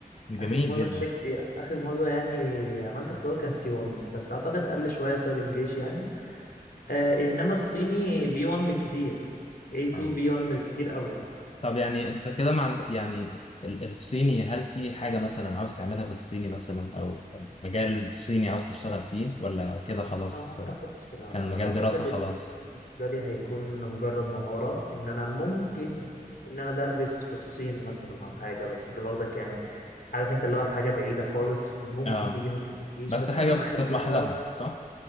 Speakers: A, on the left; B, on the left.
A: جميل
B: اخر مره
A: جدا
B: شكت اخر مره يعني عملت اختبار كان سي 1 بس اعتقد قل شويه بسبب الجيش يعني آه انما الصيني بي 1 بالكتير A2
A: آه.
B: بي 1 بالكتير قوي
A: طب يعني انت كده مع يعني ال- الصيني هل في حاجة مثلا عاوز تعملها بالصيني مثلا او مجال صيني عاوز تشتغل فيه ولا كده خلاص
B: أنا ما أعتقدش لا
A: كان
B: لا
A: مجال
B: لا أعتقد
A: دراسة خلاص
B: إن بالنسبة لي هيكون مجرد مهارة إن أنا ممكن إن أنا أدرس في الصين مثلا أو حاجة بس ده باخدك يعني عارف أنت اللي هو حاجة بعيدة خالص ممكن
A: اه
B: تيجي ممكن ما تجيش
A: بس
B: بس
A: حاجة
B: أنا معايا
A: بتطمح
B: اللغة
A: لها صح؟